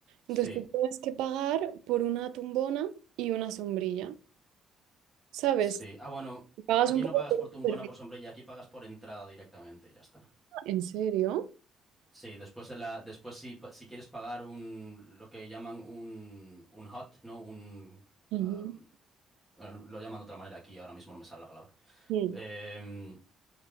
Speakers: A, in the centre; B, on the right.
A: Sí.
B: entonces tú tienes que pagar por una tumbona y una sombrilla, ¿sabes?
A: Sí. Ah, bueno,
B: Si Pagas
A: aquí
B: un poco
A: no pagas
B: por
A: por
B: un
A: tumbona
B: servicio,
A: o por sombrilla, aquí pagas por entrada directamente, ya está.
B: ¿en serio?
A: Sí, después de la, después si, pa- si quieres pagar un, lo que llaman un, un hot, ¿no? Un,
B: Ujú.
A: ah, bueno, lo llaman de otra manera aquí, ahora mismo no me sale la palabra.
B: Mm,
A: Em,